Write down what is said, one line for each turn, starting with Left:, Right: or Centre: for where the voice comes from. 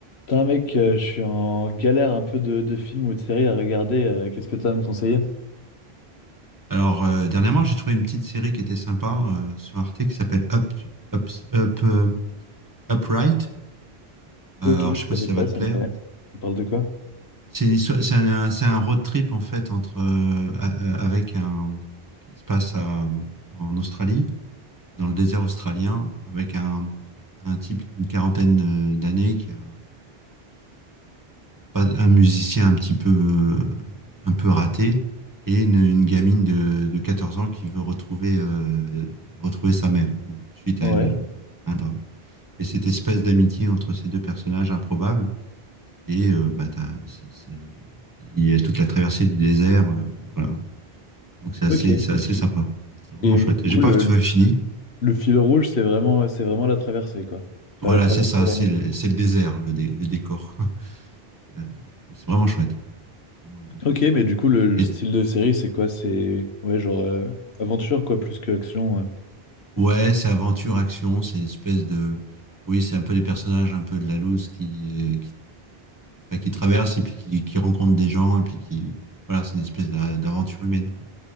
Left: Putain, mec, euh, je suis en galère un peu de, de films ou de séries à regarder. euh, qu'est-ce que tu as à me conseiller?
Right: Alors, euh, dernièrement, j'ai trouvé une petite série qui était sympa euh, sur Arte qui s'appelle Up, Up, Up, euh, Upright. Euh,
Left: Ok,
Right: alors,
Left: je
Right: je sais
Left: connais
Right: pas si ça
Left: pas,
Right: va te
Left: ça
Right: plaire.
Left: me dit rien. On parle de quoi?
Right: C'est une histoire- c'est un, c'est un road trip en fait entre euh, a- euh, avec un qui se passe à- en Australie, dans le désert australien, avec un, un type d'une quarantaine euh, d'années qui a un musicien un petit peu, un peu raté et une, une gamine de, de 14 ans qui veut retrouver, euh, retrouver sa mère bon, suite
Left: Ouais.
Right: à une, un drame. Et cette espèce d'amitié entre ces deux personnages improbables, et euh, bah, t'as- c'est- c'est- il y a toute la traversée du désert, euh, voilà. Donc c'est assez,
Left: Ok.
Right: c'est assez sympa. C'est vraiment
Left: Et
Right: chouette.
Left: mais du
Right: J'ai
Left: coup,
Right: pas
Left: le,
Right: tout fini.
Left: le fil rouge, c'est vraiment, c'est vraiment la traversée, quoi. Enfin,
Right: Voilà,
Left: la traversée
Right: c'est ça,
Left: et l'amitié.
Right: c'est le, c'est le désert, le, dé- le décor. <laughs> Euh, C'est vraiment chouette. C'est vraiment un bon truc.
Left: Ok, mais du coup, le, le
Right: Et
Left: style de série, c'est quoi? C'est, ouais, genre euh, aventure, quoi, plus que action. euh.
Right: Ouais, c'est aventure, action, c'est une espèce de... Oui, c'est un peu des personnages un peu de la loose qui, euh, qui, enfin, qui traversent et puis qui, qui rencontrent des gens et puis qui... Voilà, c'est une espèce d'a- d'aventure humaine, quoi.